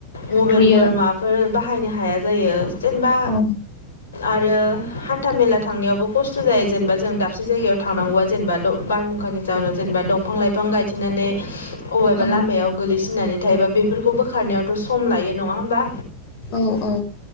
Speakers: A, on the left; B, on the left.
A: थाथ'यो
B: मबाइलफोर माबाफोर बाहायनो हाया जायो जेनेबा
A: औ
B: आरो हान्था मेला थांनायावबो खस्थ' जायो जेनेबा जों दाबसे जायगायाव थानांगौबा जेनेबा बारहुंखानि जााहनाव जेनेबा दंफां लाइफां गायथिनानै अबेबा
A: औ
B: लामायाव गोगलैसिननानै थायोबा बेफोरखौ बोखारनायाव 'सम लायो नङा होमबा
A: औ औ